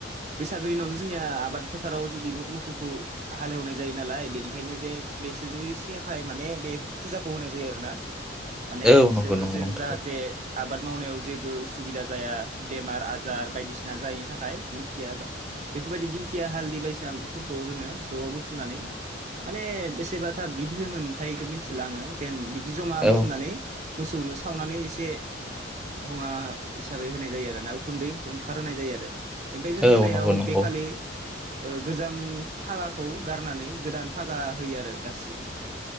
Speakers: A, on the right; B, in the centre.
A: बैसागोनि उनावनो जोंनिया आबाद फोथाराव जुदि मोखौखौ हालेवनाय जायो नालाय बेनिखायनो जे बिसोरनि साय माने बे फुजाखौ होनाय जायो आरोना माने
B: औ
A: बिसोर
B: नंगौ नंगौ
A: जेन
B: नंथारगौ
A: जाहाथे आबाद मावनायाव जेबो उसुबिदा जाया बेमार आजार बायदिसिना जायिनि थाखाय दिंखिया बेफोरबायदि दिंखिया हालदि बायसिनाफोरखौ जोङो ज' बुथुमनानै माने बेसेबाथा बिदहोनोमोनथाय बेखौ मिथिला आङो जेन जमा बुथुमनानै
B: औ
A: मोसौनो सावनानै एसे धङा हिसाबै हो नाय जायो आरो ना उखुन्दै ओंखार होनाय जायो आरो ओमफाय जों
B: औ
A: मोनायाव
B: नंगौ नंगौ
A: बे खालि ओ गोजाम फागाखौ गारनानै गोदान फागा होयो आरो गासैनोबो।